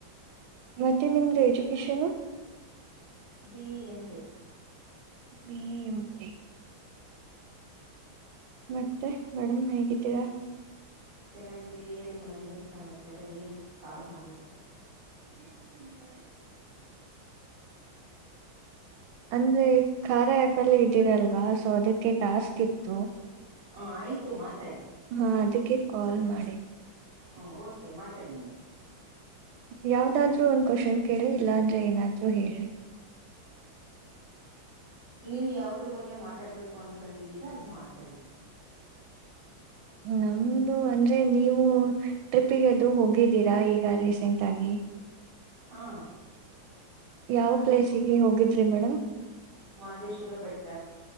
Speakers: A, on the right; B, on the right.
A: ಮತ್ತೆ ನಿಮ್ದು ಎಜುಕೇಶನು
B: ಬಿ ಎಂಟೆಕ್
A: ಬಿ ಎಂಟೆ ಮತ್ತೆ ಮೇಡಮ್ ಹೇಗಿದ್ದೀರಾ
B: ಚೆನ್ನಾಗಿದ್ದೀವಿ ಹೇಳಿ ಮೇಡಮ್ ಏನು ಸಮಾಚಾರ ಏನು ಕಾಲ್ ಮಾಡಿರೋದು ಹ
A: ಅಂದ್ರೆ ಕಾರ್ಯ ಆ್ಯಪಲ್ಲ ಇದ್ದೀರಲ್ವಾ ಸೊ ಅದಕ್ಕೆ ಟಾಸ್ಕ್ ಇತ್ತು
B: ಹ ಆಯ್ತು ಮಾತಾಡಿ
A: ಹ ಅದ್ಕೆ ಕಾಲ್ ಮಾಡಿದು
B: ಹ ಓಕೆ ಮಾತಾಡಿ ಮೇಡಮ್
A: ಯಾವ್ದಾದ್ರೂ ಒಂದ್ ಕ್ವಶನ್ ಕೇಳಿ ಇಲ್ಲ ಆದ್ರೆ ಏನಾದ್ೂ ಹೇಳಿ
B: ನೀವು ಯಾವದ್ರ ಬಗ್ಗೆ ಮಾತಾಡ್ಬೇಕು ಅನ್ಕೊಂಡಿದ್ದೀರಾ ಅದು ಮಾತಾಡಿ
A: ನಮ್ದು ಅಂದ್ರೆ ನೀವು ಟ್ರಿಪ್ಪಿಗೆ
B: ಹ್ಮ್
A: ಅದು ಹೋಗಿದ್ದೀರಿ ಈಗ ರೀಸೆಂಟ್ ಆಗಿ
B: ಹಾ
A: ಯಾವ ಪ್ಲೇಸ್ಿಗೆ ಹೋಗಿದ್ರಿ ಮೇಡಮ್
B: ಮಾದೇಶ್ವರ ಬೆಟ್ಟ